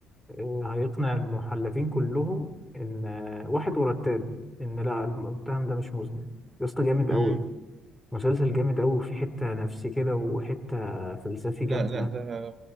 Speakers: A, in the centre; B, on the right.
A: آه، هيقنع المحلفين كلهم إن آه، واحد ورا التاني إن لا المتهم ده مش مذنب يا اسطى جامد
B: مم.
A: أوي مسلسل جامد أوي وفي حتة نفسي كده وحتة فلسفي جامدة
B: لا لا ده